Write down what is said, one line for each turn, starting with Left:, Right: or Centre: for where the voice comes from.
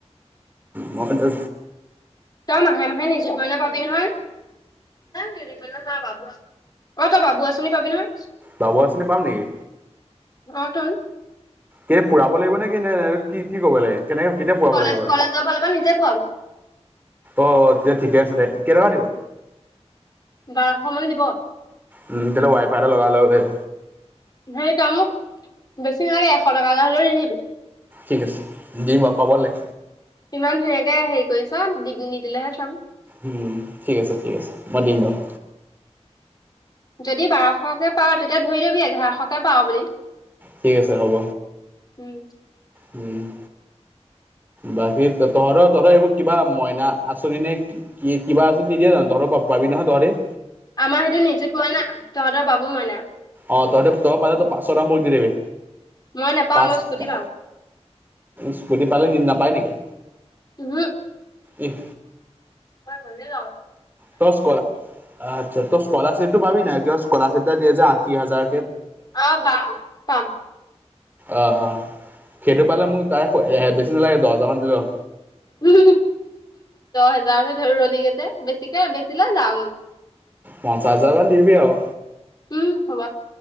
Right: মইতো।
Left: তই মাহে মাহে নিযুত মইণাৰ পাবি নহয়। নিযুত মইণাৰ নহয় বাবু আচনি পাব। অ তই বাবু আঁচনি পবি নহয়
Right: বাবু আঁচনি পাম নেকি?
Left: অ তই-
Right: কেতি পুৰাব লাগিব নে কি ন কি কি কব লাগে কেনেকে কেতিয়া পুৰাব
Left: কলেজ
Right: লাগিব বাৰু।
Left: কলেজৰ ফালৰ পৰা নিজে পোৱাব
Right: অ তেতিয়া ঠিকে আছে দে কেনেকুৱা দিব।
Left: বাৰশ মান দিব।
Right: উম তেতিয়াহলে ৱাই এটা লগাব লাগিব।
Left: হেৰিটো মোক বেছি নালাগে এশ টকা এটা হ'লেও দি থাকিবি।
Right: ঠিক আছে দিম বাৰু পাবলৈ।
Left: ইমান ধুনীয়াকে হেৰি কৰিছ নিদিলেহে চাম।
Right: উম, ঠিক আছে, ঠিক আছে, মই দিম বাৰু।
Left: যদি বাৰশকে পাওঁ, তেতিয়া ধৰি লবি এঘাৰশকে পাওঁ বুলি।
Right: ঠিক আছে হ'ব।
Left: উম।
Right: উম। বাকী তহঁতৰ তহঁতৰ এইবোৰ কিবা মইনা আঁচনি নে কিবা আছে নিদিয়া জানো তহঁতৰ পাবি নহয় তহঁতি।
Left: আমাৰ হেইটো নিজুক মইনা, তহঁতৰ বাবু মইনা।
Right: অ' তই ত তই পালে পাঁচশ এটা মোক দি দিবি
Left: মই নাপাওঁ
Right: পাচ
Left: মই স্কুটি
Right: টকা
Left: পাওঁ
Right: স্কুটি পালে নেকি, নাপায় নেকি?
Left: <unintelligible>
Right: এই
Left: মই মন্দিৰ যাওঁ।
Right: তই স্ককলা আচ্ছা তই স্কলাৰশিপটো পাবি নে কিয় স্কলাৰশ্বিপ এটা দিয়ে যে আশী হাজাৰ।
Left: অ'পাম, অ' পাম।
Right: অ' অ' সেইটো পালে মোক তাৰে বেছি নালাগে দহ হজাৰ মান দিল হ'ল।
Left: দহ হোজাৰহ ধৰি ৰলি গৈ যে বেছিকে বেছিলৈ যাম।
Right: পঞ্চাছ হাজাৰমান দিবি আৰু
Left: উম, হ'ব।